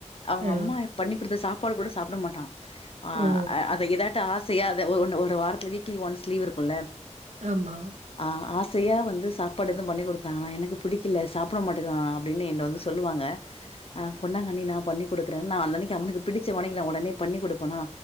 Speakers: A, on the left (about 50°); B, on the right (about 70°).
A: அவங்க
B: ஆ.
A: அம்மா பண்ணி குடுத்த சாப்பாடு கூட சாப்பிட மாட்டா அ
B: ஓ!
A: அத ஏதா ட்டு ஆசையா அத ஒரு ஒன் ஒரு வாரத்து வீக்லி ஒன்ஸ் லீவ் இருக்குல்ல
B: ஆமா
A: ஆ ஆசையா வந்து சாப் சாப்பாடு எதும் பண்ணி குடுத்தாங்கனா எனக்கு புடிக்கல சாப்ட மாட்டங்கிறா அப்படின்னு என்ன வந்து சொல்லுவாங்க ஆ கொண்டாங்க அண்ணி நா பண்ணிக்குடுக்றே நா அந்த அன்னைக்கு அவனுக்கு பிடிச்ச ஒனைக்கு நா உடனே பண்ணிக்குடுப்பனா